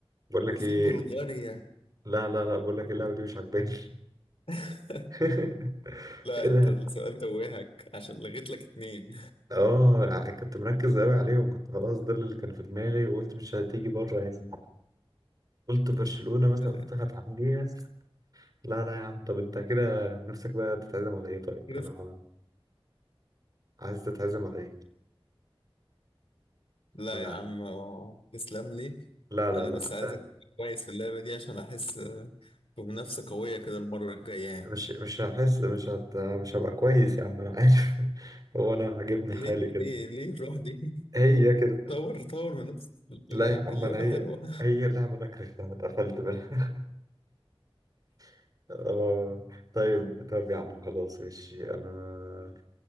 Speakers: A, on the right; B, on the left.
A: بقول
B: وفي
A: لك ايه
B: بلغاريا
A: لا لا لا بقول لك إيه، اللعبه دي مش عجباني
B: <laughs>
A: <laughs>
B: لا
A: ايه
B: انت
A: ده
B: السؤال توهك عشان لغيت لك اتنين
A: اه ع- كنت مركز قوي عليهم كنت خلاص ده اللي كان في دماغي وقلت مش هتيجي بره يعني قلت برشلونه مثلا
B: <laughs>
A: قلت هتعديها لا لا يا عم طب انت كده نفسك بقى تتعزم على ايه طيب
B: كده-
A: انا عايز تتعزم على ايه
B: لا
A: لا
B: يا عم تسلم لي
A: لا لا
B: انا
A: لا
B: بس عايزك
A: لا.
B: تبقى كويس في اللعبة دي عشان احس بمنافسة قوية كده المرة الجاية يعني
A: مش مش هحس مش هت... مش هبقى كويس يا عم انا عارف <laughs> هو انا عاجبني
B: ليه
A: حالي كده
B: ليه ليه الروح دي
A: هي
B: <laughs>
A: كده
B: طور طور من نفسك في اللعبة
A: لا يا عم
B: اللعبة
A: انا هي
B: حلوة
A: هي اللعبة انا كرهتها اتقفلت منها <laughs> آه طيب طب يا عم خلاص ماشي انا